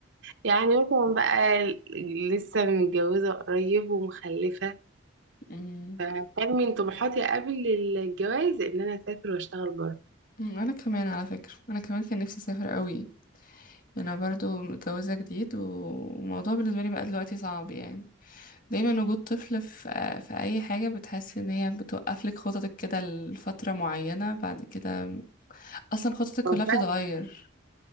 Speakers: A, on the right (about 65°); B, on the left (about 40°).
A: يعني مثلا بقى ل- لسه متجوزة قريب ومخلفة
B: مم.
A: فكان من طموحاتي قبل الجواز إن أنا أسافر وأشتغل بره
B: مم، انا كمان على فكرة انا كمان كان نفسي اسافر قوي يعني انا برضو متجوزة جديد و- والموضوع بالنسبة لي بقى دلوقتي صعب يعني دايما وجود طفل في في اي حاجة بتحس ان هي بتوقف لك خططك كده لفترة معينة بعد كده اصلا خططك كلها
A: ففعلا
B: بتتغير